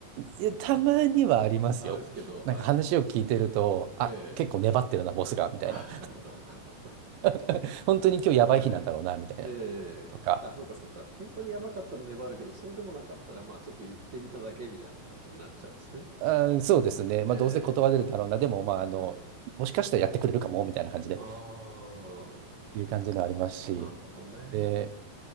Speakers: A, on the right; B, on the right.
A: いや、たまにはありますよ。
B: あ、ですけど、はい。
A: なんか話を聞いてると、あ、
B: ええ。
A: 結構粘ってるな、ボスが、みたいな。
B: <laughs>
A: <laughs> 本当に今日やばい日なんだろうな、
B: はい。
A: みたいな。
B: ええ。
A: とか。
B: あ、そっかそっか。本当にやばかったら粘るけど、そうでもなかったら、まあ、ちょっと言ってみただけみたいな感じになっちゃうんですね。
A: あー、そうですね。
B: え
A: まあ、どうせ断れるだろうな。
B: え。
A: でも、まあ、あの、
B: うん。
A: もしかしたらやってくれるかも、みたいな感じで、
B: あ
A: っていう感じのありますし。
B: あ、なるほどね。
A: で、